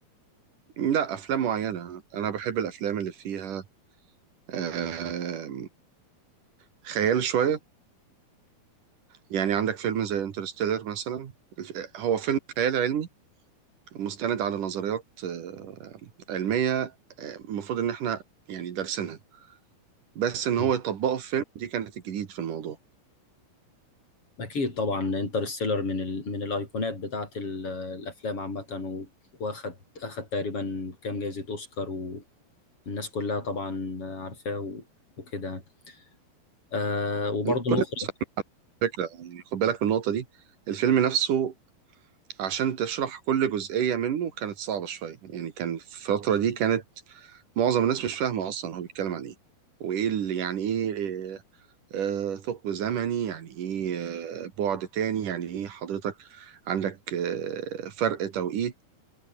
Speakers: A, on the right; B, on the left.
A: لا افلام معينه انا بحب الافلام اللي فيها آه، خيال شويه يعني عندك فيلم زي انترستيلر مثلا الف- هو فيلم خيال علمي مستند على نظريات آه، علميه آه، المفروض ان احنا يعني دارسينها بس ان
B: مم.
A: هو يطبقه في فيلم دي كانت الجديد في الموضوع
B: أكيد طبعا انترستيلر من ال... من الأيقونات بتاعة ال... الأفلام عامة و... وأخد أخد تقريبا كام جايزة أوسكار والناس كلها طبعا عارفاه و... وكده يعني. آه وبرضه
A: كل
B: المخرج
A: الناس على فكره يعني خد بالك من النقطه دي الفيلم نفسه عشان تشرح كل جزئيه منه كانت صعبه شويه يعني كان في الفتره دي كانت معظم الناس مش فاهمه اصلا هو بيتكلم عن ايه وايه اللي يعني ايه آه، آه، ثقب زمني يعني ايه آه، بعد تاني يعني ايه حضرتك عندك آه، فرق توقيت